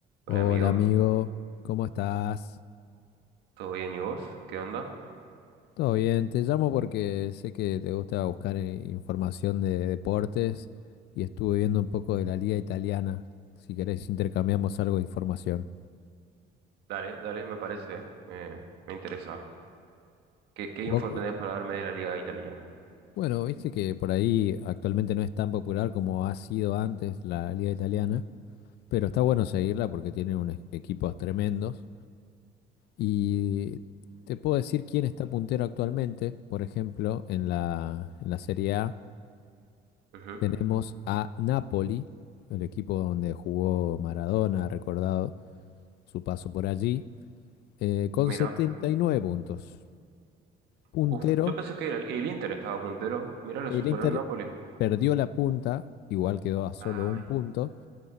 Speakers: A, on the left; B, on the right.
A: Hola
B: Hola amigo,
A: amigo, ¿cómo estás?
B: ¿todo bien y vos? ¿Qué onda?
A: ¿Todo bien? Te llamo porque sé que te gusta buscar eh, información de deportes y estuve viendo un poco de la liga italiana. Si querés intercambiamos algo de información.
B: Dale, dale, me parece, eh, me interesa. ¿Qué, qué info
A: Vos-
B: tenés para darme de la liga italiana?
A: bueno, viste que por ahí actualmente no es tan popular como ha sido antes la liga italiana, pero está bueno seguirla porque tiene unos equipos tremendos. Y te puedo decir quién está puntero actualmente, por ejemplo, en la, en la Serie A.
B: Ujú,
A: Tenemos a Napoli, el equipo donde jugó Maradona, recordado su paso por allí, eh, con
B: Mira,
A: 79 puntos. Puntero,
B: uf, yo pensé que el, el Inter estaba puntero, mira, lo
A: el
B: superó
A: Inter
B: el Napoli.
A: perdió la punta, igual quedó a solo
B: Ay.
A: un punto,